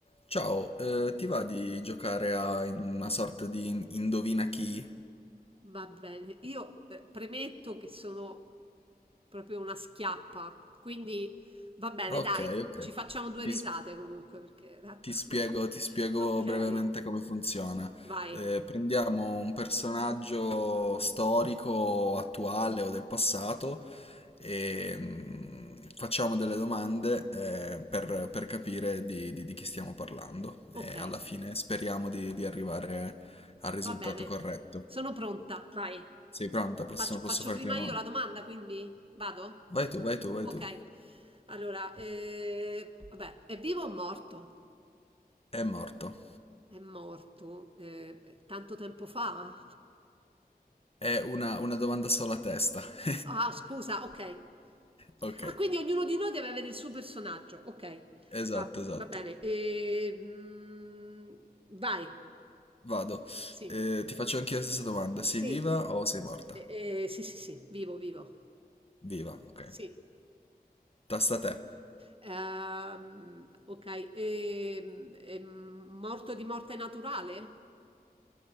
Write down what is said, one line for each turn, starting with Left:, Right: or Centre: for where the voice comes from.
Left: Ciao, eh, ti va di giocare a una sorta di indovina chi?
Right: Va bene, io eh, premetto che sono proprio una schiappa, quindi va bene, Eh,
Left: Ok,
Right: dai,
Left: ok.
Right: ci facciamo due
Left: Ti,
Right: risate
Left: s-
Right: comunque perché tanto...
Left: ti spiego,
Right: <laughs>
Left: ti spiego
Right: Ok,
Left: brevemente come funziona.
Right: vai.
Left: Eh, prendiamo un personaggio storico, attuale
Right: Ok,
Left: o del passato e mm, facciamo delle domande eh, per, per capire di, di- di chi stiamo parlando.
Right: ok,
Left: E alla fine speriamo di, di arrivare al risultato
Right: va bene,
Left: corretto.
Right: sono pronta, vai.
Left: Sei pronta? Prossimo-
Right: Faccio,
Left: posso
Right: faccio
Left: farti
Right: prima
Left: una domanda?
Right: io la domanda, quindi vado?
Left: Vai tu, vai tu, vai
Right: Ok,
Left: tu.
Right: allora, eh, vabbè, è vivo o morto?
Left: È morto.
Right: È morto eh, tanto tempo fa?
Left: È una, una domanda sola a testa. <laughs>
Right: Ah, scusa, ok.
Left: Ok,
Right: Ah, quindi ognuno di noi deve avere il suo personaggio. Ok,
Left: esatto,
Right: va,
Left: esatto.
Right: va bene. E, mm, vai.
Left: Vado.
Right: Sì,
Left: Eh, ti faccio anch'io la stessa domanda.
Right: Sì,
Left: Sei viva o sei morta?
Right: E- e- sì, sì, sì, vivo, vivo.
Left: Viva, ok.
Right: sì.
Left: Tasta a te.
Right: Ehm, ok, E- e morto di morte naturale?